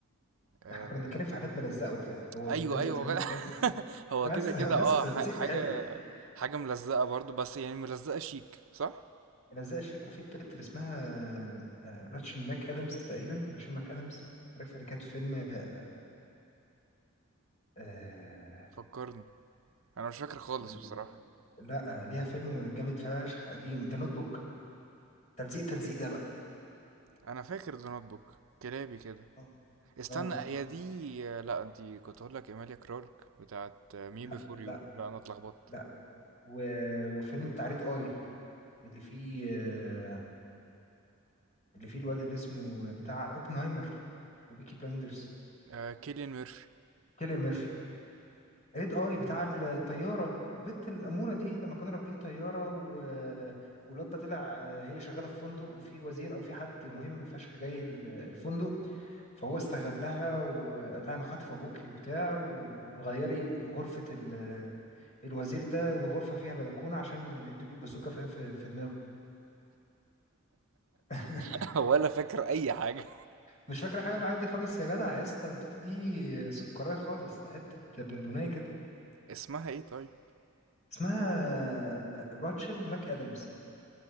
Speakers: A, on the right; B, on the left.
A: آه
B: احنا كنا بنتكلم في حاجات ملزقه وبتاع هو
A: ايوه
B: من ضمن
A: ايوه
B: الافلام
A: هو
B: اللي فيها تلزيق
A: <laughs> هو
B: بس
A: كده كده
B: <laughs>
A: اه
B: بس تلزيق
A: ح- حاجه
B: حلو
A: حاجه ملزقه برضو بس يعني ملزقه شيك صح
B: ملزقه شيكو في البت اللي اسمها آه، راتشل ماك ادمز تقريبا راتشل ماك ادمز عارفها اللي كانت في فيلم آه آه،
A: فكرني انا مش فاكر خالص
B: ال-
A: بصراحه
B: لا آه، ليها فيلم جامد فشخ قديم ده نوت بوك تلزيق تلزيق ده بقى
A: انا فاكر ذا نوت بوك كلابي كده
B: اه
A: استنى
B: اه
A: هي دي لا دي كنت اقول لك ايماليا كلارك بتاعت مي
B: لا
A: بيفور
B: لا
A: يو لا انا اتلخبطت
B: لا و... وفيلم التعريض اي اللي فيه آه، اللي فيه الواد اللي اسمه بتاع اوبنهايمر وبيكي بلايندرز
A: آه كيليان ميرفي
B: كيليان ميرفي ايد اي بتاع الطياره البت الاموره دي لما كانوا راكبين طياره و... والواد ده طلع آه، هي شغاله في فندق وفي وزير او في حد مهم فشخ جاي ال- الفندق فهو استغلها وقال لها انا خاطف ابوكي وبتاع وغيري غرفه ال... الوزير ده الغرفه فيها بلكونه عشان نديله البازوكه فاهم في... في دماغه <laughs>
A: <laughs> ولا فاكر اي حاجه
B: مش فاكره حاجه من الحاجات دي خالص يا جدع يا اسطى البت دي سكرايه خالص ده حته بونبونايه كده
A: اسمها ايه طيب
B: اسمها آه، راتشل ماك ادمز